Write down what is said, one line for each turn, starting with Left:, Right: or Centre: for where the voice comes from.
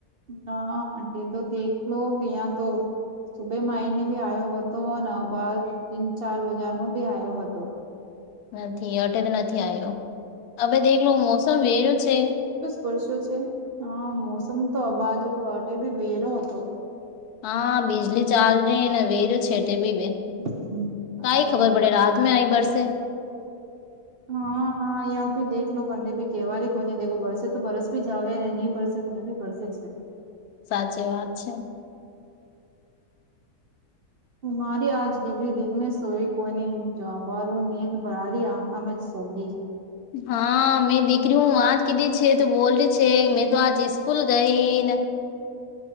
Right: ના તે તો ટેકલો લો કેયા તો સુબે માંઈને બી આયો હતો અને બાદ તીન ચાર વાજા નો બી આયો હતો.
Left: નથી અટે તો નથી આયો હવે દેખલો મોસમ વેરો છે.
Right: વર્ષો છે, હા મોસમ તો અબાજ અટે બી વેરો હતો.
Left: હા બિજલી ચાલ રહીને વેર છેટે ભી બે
Right: હમ્મ, સાચી
Left: કાઈ ખબર
Right: વાત.
Left: પડે રા તમે આઈ બરસે <inaudible>
Right: હા હા યા ભી દેખ લો કંડે ભી કેહેવાય કોઈને દેખો બરસે તો બરસ ભી જાવે અને નહી બરસે તો ન ભી બરસે છે.
Left: સાચી વાત છે.
Right: મારી આજ ડિગરી દિન મે સોઈ કોઈની જબારું નીંદ બારી આંખા મે સોગી
Left: હા મેં દીકરી હું વાત કીધી છે, તો બોલ છે, મેં તો આજ સ્કૂલ ગઈ ને